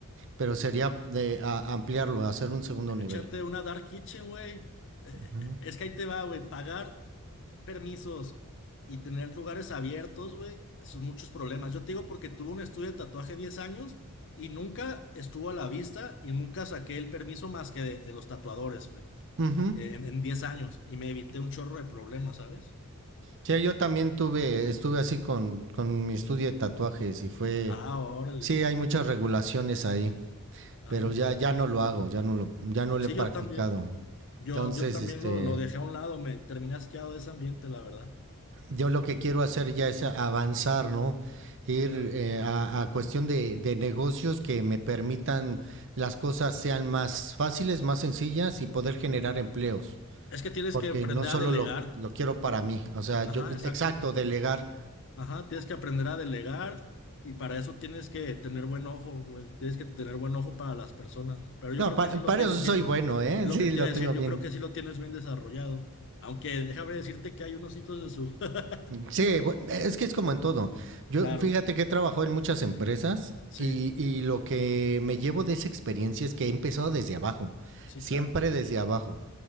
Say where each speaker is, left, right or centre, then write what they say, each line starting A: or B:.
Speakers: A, on the right (about 60°); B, on the left (about 60°).
A: pero sería de a- ampliarlo, hacer un segundo
B: échate
A: nivel.
B: una dark kitchen, güey. Eh,
A: Ujú.
B: eh, Es que ahí te va, güey, pagar permisos y tener lugares abiertos, güey, son muchos problemas. Yo te digo porque tuve un estudio de tatuaje 10 años y nunca estuvo a la vista y nunca saqué el permiso más que de, de los tatuadores, güey,
A: Ujú.
B: en, en 10 años y me evité un chorro de problemas, ¿sabes?
A: Sí, yo también tuve, estuve así con, con mi estudio de tatuajes y fue,
B: Ah, órale.
A: sí, hay muchas regulaciones ahí,
B: Ajá.
A: pero ya, ya no lo hago, ya no lo, ya no
B: Sí,
A: lo he practicado.
B: yo también. Yo,
A: Entonces,
B: yo también
A: este,
B: lo, lo dejé a un lado, me terminé asqueado de ese ambiente, la verdad.
A: yo lo que quiero hacer ya es avanzar, ¿no? Ir
B: Claro.
A: eh, a, a cuestión de, de negocios que me permitan las cosas sean más fáciles, más sencillas y poder generar empleos.
B: Es que tienes
A: porque
B: que aprender
A: no solo
B: a delegar.
A: lo, lo quiero para mí, o sea, yo,
B: Ajá, exacto.
A: exacto, delegar.
B: Ajá, tienes que aprender a delegar y para eso tienes que tener buen ojo, güey. Tienes que tener buen ojo para las personas. Pero yo
A: No,
B: creo
A: pa-
B: que sí lo
A: para,
B: tienes
A: eso soy
B: bien.
A: bueno, ¿eh?
B: Es
A: <laughs>
B: lo
A: Sí,
B: que te
A: lo
B: iba a
A: tengo
B: decir, yo
A: bien.
B: creo que sí lo tienes bien desarrollado. Aunque déjame decirte que hay unos hijos de su... <laughs>
A: Sí, bu- es que es como en todo. Yo,
B: Claro,
A: fíjate que he trabajado en muchas empresas
B: sí,
A: y, y lo que me llevo de esa experiencia es que he empezado desde abajo,
B: sí,
A: siempre
B: claro,
A: desde abajo.